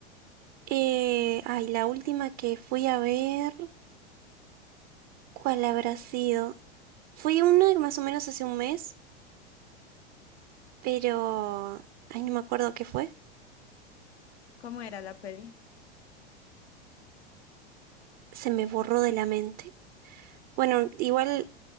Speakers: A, on the right (about 40°); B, on the left (about 75°).
A: Eh, ay, la última que fui a ver, ¿cuál habrá sido? Fui una más o menos hace un mes, pero... Ay, no me acuerdo qué fue.
B: ¿Cómo era la peli?
A: Se me borró de la mente. Bueno, igual,